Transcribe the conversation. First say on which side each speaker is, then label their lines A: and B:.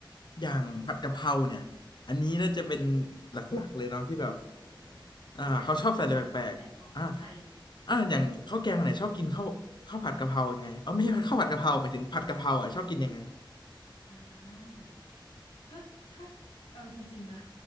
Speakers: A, on the left; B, on the left.
A: อย่างผัดกะเพราเนี่ยอันนี้น่าจะเป็นหลักๆเลยเนาะที่แบบ
B: โอ้โห
A: อ่าเขาชอบใส่อะไรแปลกๆอ่า
B: อันนี้น่าจะเป็นปัญหาโลกแตกของคนไทย
A: อ่าอย่างข้าวแกงไหนชอบกินข้าวข้าวผัดกะเพรายังไงเออไม่ใช่ข้าวผัดกะเพราหมายถึงผัดกะเพราอ่ะชอบกินยังไง
B: อืมอ่าถ้าถ้า เอาจริงๆนะ